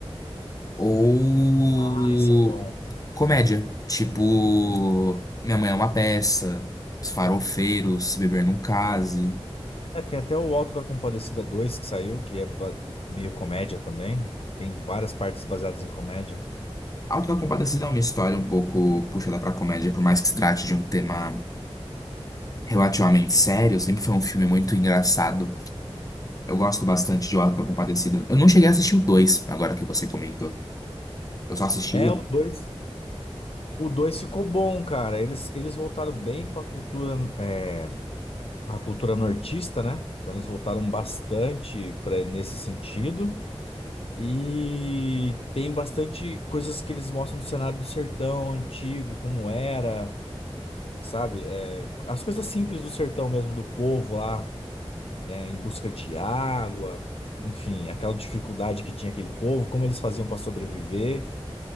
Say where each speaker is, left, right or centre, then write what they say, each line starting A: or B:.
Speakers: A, on the left; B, on the left.
A: ou
B: Ah, esse é bom.
A: comédia, tipo Minha Mãe é uma Peça, Os Farofeiros, Se Beber Não Case.
B: É, tem até o Alto da Compadecida 2 que saiu, que é ba- meio comédia também. Tem várias partes baseadas em comédia.
A: Autocompadecida é uma história um pouco puxada pra comédia, por mais que se trate de um tema relativamente sério, sempre foi um filme muito engraçado. Eu gosto bastante de Autocompadecida. Eu não cheguei a assistir o dois, agora que você comentou. Eu só assisti
B: É,
A: o um.
B: o 2, O 2 ficou bom, cara. Eles, eles voltaram bem pra cultura, é, a cultura nortista, né? Então eles voltaram bastante para nesse sentido. E tem bastante coisas que eles mostram do cenário do sertão antigo, como era, sabe? É, as coisas simples do sertão mesmo, do povo lá. é, em busca de água, enfim, aquela dificuldade que tinha aquele povo, como eles faziam para sobreviver.